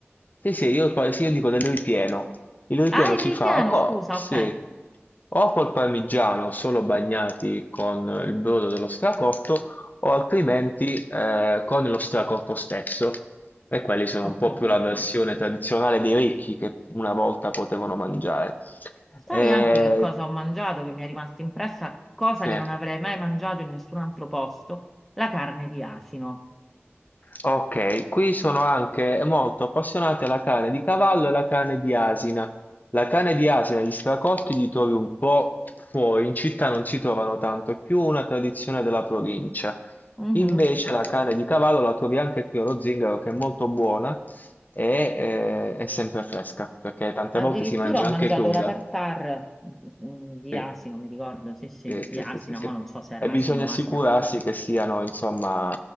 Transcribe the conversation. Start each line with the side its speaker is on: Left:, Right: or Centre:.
Left: sì, sì, io, poi- sì, io dico del ripieno. Il ripieno
Centre: Ah, il
Left: si
Centre: ripieno,
Left: fa co-
Centre: scusa,
Left: se
Centre: ok,
Left: o col parmigiano solo bagnati con il brodo dello stracotto o altrimenti eh, con lo stracotto stesso. E quelli sono
Centre: ho
Left: un po'
Centre: capito.
Left: più la versione tradizionale dei ricchi che una volta potevano mangiare.
Centre: Sai
Left: Eh,
Centre: anche che cosa ho mangiato che mi è rimasta impressa, cosa
Left: sì.
Centre: che non avrei mai mangiato in nessun altro posto? La carne di asino.
Left: Ok, qui sono anche molto appassionati alla carne di cavallo e alla carne di asina. La carne di asina, gli stracotti li trovi un po' fuori, in città non si trovano tanto, è più una tradizione della provincia.
Centre: Mhm.
Left: Invece la carne di cavallo la trovi anche qui allo Zingaro, che è molto buona e eh, è sempre fresca, perché tante
Centre: Addirittura
Left: volte si mangia
Centre: ho mangiato
Left: anche cruda.
Centre: la tartare mm, di
Left: Sì,
Centre: asino, mi ricordo, sì, sì,
Left: sì,
Centre: di
Left: sì,
Centre: asina,
Left: sì, sì, sì.
Centre: ma non so se era
Left: E bisogna
Centre: asino
Left: assicurarsi
Centre: o asina.
Left: che siano, insomma,